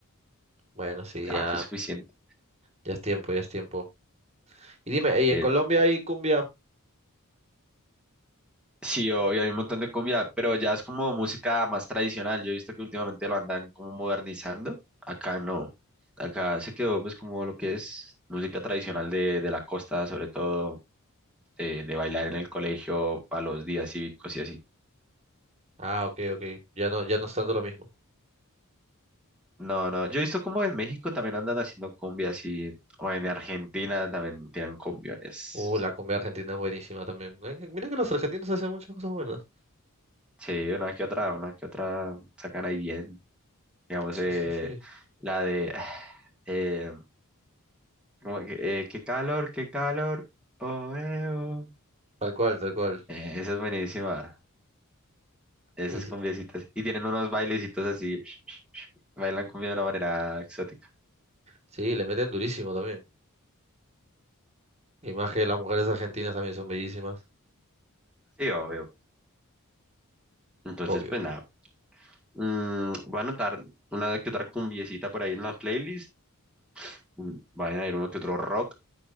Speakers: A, on the right; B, in the centre.
A: Bueno, sí,
B: ya
A: ya,
B: fue suficiente.
A: ya es tiempo, ya es tiempo. Y dime,
B: Sí,
A: ¿y en Colombia hay cumbia?
B: Sí, obvio, hay un montón de cumbia, pero ya es como música más tradicional. Yo he visto que últimamente lo andan como modernizando. Acá no. Acá se quedó pues como lo que es música tradicional de, de la costa, sobre todo de, de bailar en el colegio para los días cívicos y así.
A: Ah, ok, ok. Ya no, ya no es tanto lo mismo.
B: No, no, yo he visto como en México también andan haciendo cumbia así, o en Argentina también tienen cumbiones.
A: Uh, la comida argentina es buenísima también. Eh, Mira que los argentinos hacen muchas cosas buenas.
B: Sí, una que otra, una que otra sacan ahí bien. Digamos,
A: Sí,
B: eh,
A: sí, sí.
B: la de... <sighs> eh, Como que, eh, qué calor, qué calor. Oh, eh, oh.
A: Tal cual, tal cual.
B: Eh, esa es buenísima. Esas
A: Y sí,
B: cumbiecitas. Y tienen unos bailecitos así. <smacks lips> Bailan cumbia de una manera exótica.
A: sí, le meten durísimo también. Y más que las mujeres argentinas también son bellísimas.
B: Sí, obvio. Entonces,
A: Obvio,
B: pues
A: obvio.
B: nada. Mm, voy a anotar una que otra cumbiecita por ahí en la playlist. Mm, Vayan a ir uno que otro rock.